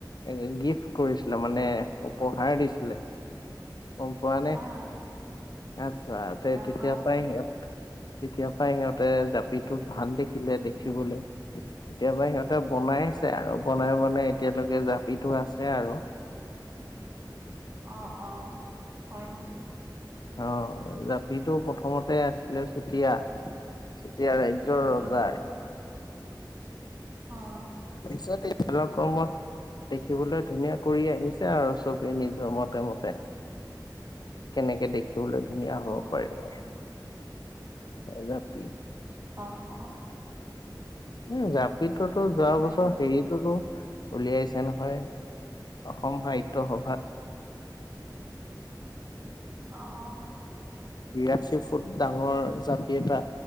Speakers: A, on the left; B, on the right.
A: এ গিফ্ট কৰিছিলে মানে উপহাৰ দিছিলে। গম পোৱা নে?
B: আহ
A: আচ্ছা তে
B: নাপাও
A: তেতিয়া পাই তেতিয়াপৰাই সিহঁতে জাপিটো ভাল দেখিলে দেখিবলে। কেতিয়াবাই সিহঁতে বনাইছে আৰু বনাই বনাই এতিয়ালৈকে জাপিটো আছে আৰু।
B: অঁ অঁ, হয় নেকি?
A: অ জাপিটো প্ৰথমতে আছিলে চুতিয়া চুতিয়া ৰাজ্যৰ ৰজাই
B: অ অ।
A: পিছতে এই ধৰি লওক গৰমত দেখিবলৈ ধুনীয়া কৰি আহিছে আৰু চবেই নিজৰ মতে -মতে। কেনেকে দেখিবলৈ ধুনীয়া
B: অ
A: হব পাৰি, এ জাপি।
B: অ অ।
A: উম জাপিটোতো যোৱা
B: হয়
A: বছৰ
B: হয়
A: হেৰিটোতো উলিয়াইছে নহয়, অসম সাহিত্য সভাত
B: পাও
A: বিৰাশী ফুট ডাঙৰ জাপি এটা